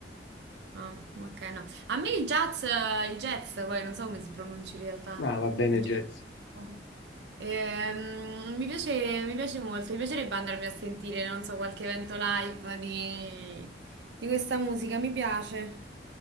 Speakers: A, on the right; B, on the left.
A: Ah, ok, no. A me il jazz, eh, il jazz, poi non so come si pronuncia in realtà.
B: Ma va bene
A: Il jazz.
B: jazz.
A: Oh. Ehm, mi piace, mi piace molto, mi piacerebbe andarmi a sentire, non so, qualche evento live di, di questa musica, mi piace.